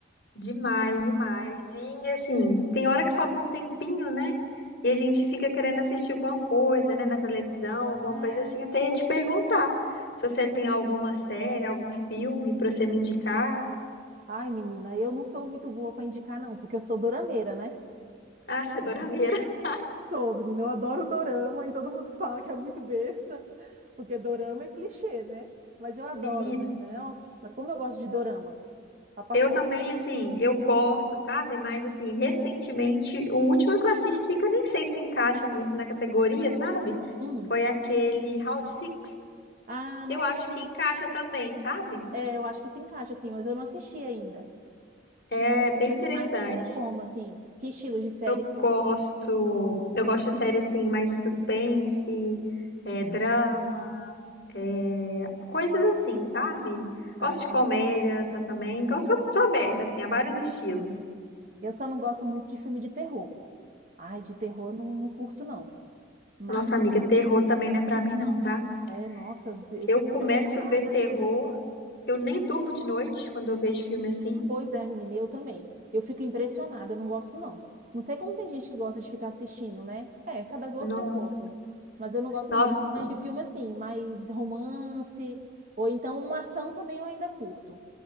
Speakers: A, on the left (about 55°); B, on the right (about 45°).
A: Demais, demais. E assim, tem hora que sobra um tempinho, né? E a gente fica querendo assistir alguma coisa, né, na televisão, alguma
B: É.
A: coisa assim. Até ia te perguntar se você tem alguma série, algum filme pra você me indicar.
B: Ai, menina, eu não sou muito boa para indicar, não, porque eu sou dorameira, né?
A: Ah, você é dorameira. <laughs>
B: Sou, menina, eu adoro dorama e todo mundo fala que é muito besta, porque dorama é clichê, né? Mas eu adoro,
A: Menina,
B: menina. Nossa, como eu gosto de dorama. Pra passar
A: eu também,
B: o tempo.
A: assim, eu gosto, sabe? Mas, assim, recentemente, o último que eu assisti, que eu nem sei se encaixa muito na categoria, sabe?
B: Hum.
A: Foi aquele Round Six.
B: Ah, não
A: Eu
B: assisti.
A: acho que encaixa também, sabe?
B: É, eu acho que se encaixa, assim, mas eu não assisti ainda.
A: É
B: Você gosta
A: bem interessante.
B: de mais série como, assim? Que estilo de série?
A: Eu
B: filme?
A: gosto, eu gosto de série assim, mais de suspense, é, drama, é, coisas assim, sabe? Gosto
B: Ah,
A: de comédia tá, também, gosto, sou, sou aberta assim a vários estilos.
B: eu só não gosto muito de filme de terror. Ai, de terror eu não, não curto, não. Mas,
A: Nossa amiga, terror também não é pra mim não, tá?
B: é, nossa,
A: Se
B: eu fico
A: eu começo
B: impressionada.
A: a ver terror, eu nem durmo de noite quando eu vejo filme assim.
B: Pois é, menina, eu também. Eu fico impressionada, eu não gosto não. Não sei como tem gente que gosta de ficar assistindo, né? É, cada gosto
A: Nossa,
B: é um gosto. Mas eu não gosto
A: nossa.
B: não, eu gosto mais de filme assim, mais romance, ou então uma ação também eu ainda curto.